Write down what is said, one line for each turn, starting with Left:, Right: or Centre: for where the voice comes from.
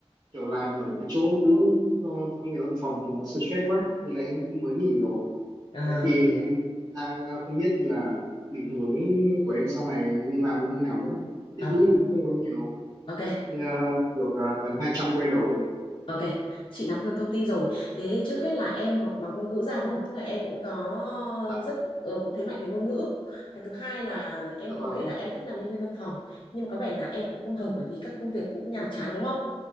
Right: kiểu làm ở cái chỗ cũ ờ, công việc văn phòng thì nó stress quá nên là em cũng mới nghỉ rồi
Left: À,
Right: Đấy thì em đang ờ, không biết là định hướng của em sau này nên làm như thế nào nữa. Tích
Left: à,
Right: lũy thì cũng không có nhiều.
Left: ok,
Right: Chắc ờ, được ờ, tầm 200 quay đầu. ạ.
Left: ok. Chị nắm được thông tin rồi. Thế trước hết là em học bằng ngôn ngữ ra đúng không? Tức là em cũng có
Right: Dạ,
Left: rất ờ, cũng thế mạnh về ngôn ngữ. Cái thứ hai là em
Right: dạ
Left: có
Right: vâng.
Left: kể là em thích làm nhân viên văn phòng, nhưng mà có vẻ là em cũng không hợp bởi vì các công việc cũng nhàm chán đúng không?